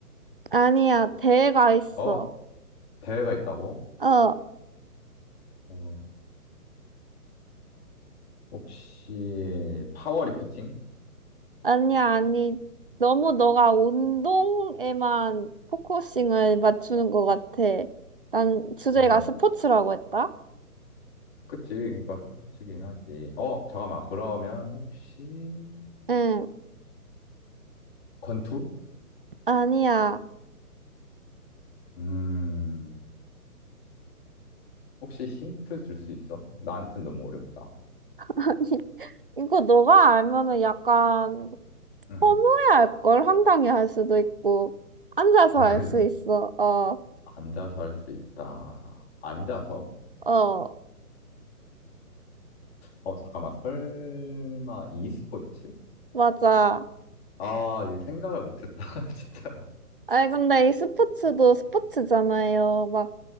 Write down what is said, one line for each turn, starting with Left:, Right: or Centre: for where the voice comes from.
Right: 아니야. 대가 있어.
Left: 어 대회가 있다고
Right: 어,
Left: 어, 혹시 파워리프팅?
Right: 아니야, 아니. 너무 너가 운동에만 포커싱을 맞추는 것 같아. 난 주제가
Left: 어,
Right: 스포츠라고 했다?
Left: 그치. 인과 스포츠긴 하지. 어, 잠깐만. 그러면 혹시
Right: 응,
Left: 권투?
Right: 아니야.
Left: 음, 혹시 힌트 줄 수 있어? 나한텐 너무 어렵다.
Right: <laughs> 이거 너가 알면은 약간
Left: 응.
Right: 허무해할 걸 황당해할 수도 있고 앉아서
Left: 아,
Right: 할
Left: 그래?
Right: 수
Left: <laughs>
Right: 있어. 어,
Left: 앉아서 할 수 있다. 앉아서?
Right: 어,
Left: 어, 잠깐만. 설마 e스포츠?
Right: 맞아.
Left: 아, 이거 생각을 못했다. <laughs> 진짜.
Right: 아니, 근데 이 스포츠도 스포츠잖아요. 막,